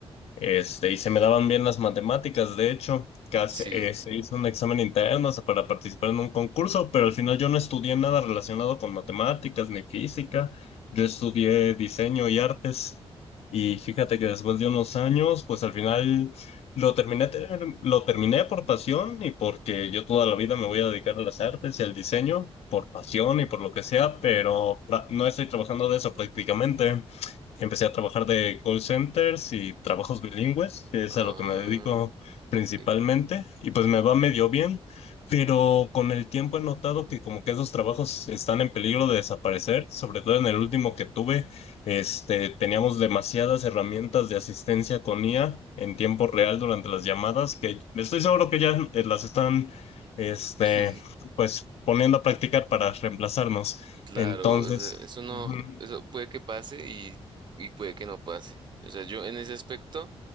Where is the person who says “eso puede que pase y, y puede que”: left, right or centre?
Right